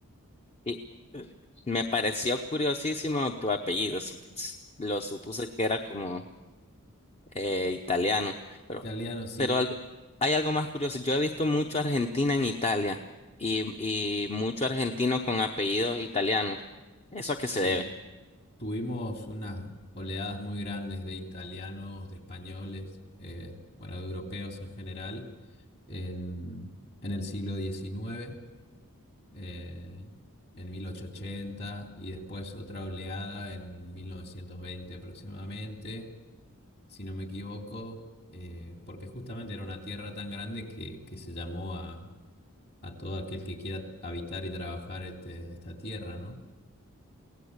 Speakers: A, on the left; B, on the left.
A: Y me pareció curiosísimo tu apellido. supus- Lo supuse que era como eh, italiano, pero,
B: Italianos, sí,
A: pero algo, hay algo más curioso. Yo he visto mucho Argentina en Italia y, y mucho argentino con apellido italiano. ¿Eso a qué
B: sí.
A: se debe?
B: Tuvimos unas oleadas muy grandes de italianos, de españoles, eh, bueno, de europeos en general, en, en el siglo XIX, eh, en 1880, y después otra oleada en 1920 aproximadamente, si no me equivoco, eh, porque justamente era una tierra tan grande que, que se llamó a, a todo aquel que quiera habitar y trabajar este- esta tierra, ¿no?